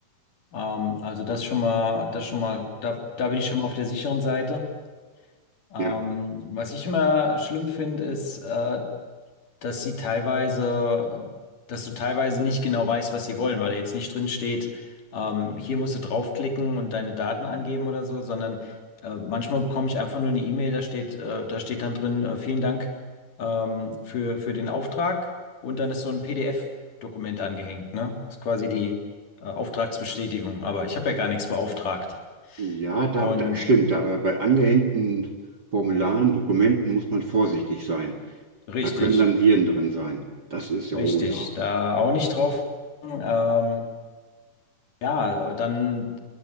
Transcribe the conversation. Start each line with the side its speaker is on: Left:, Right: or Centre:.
Left: Ähm, also das schon mal, das schon mal, da, da bin ich schon mal auf der sicheren Seite. Ähm,
Right: Ja,
Left: was ich immer schlimm finde, ist, äh, dass sie teilweise, dass du teilweise nicht genau weißt, was sie wollen, weil da jetzt nicht drin steht, ähm, hier musst du draufklicken und deine Daten angeben oder so, sondern äh, manchmal bekomme ich einfach nur eine E-Mail, da steht, äh, da steht dann drin, äh, vielen Dank ähm, für, für den Auftrag und dann ist so ein PDF-Dokument angehängt, ne? Ist quasi die äh, Auftragsbestätigung, aber ich habe ja gar nichts beauftragt.
Right: ja, da,
Left: Und
Right: da stimmt. Da, äh, bei angehängten Formularen, Dokumenten muss man vorsichtig sein.
Left: richtig.
Right: Da können dann Viren drin sein. Das ist ja,
Left: Richtig,
Right: oh ja.
Left: da auch nicht drauf. Ähm, ja, dann,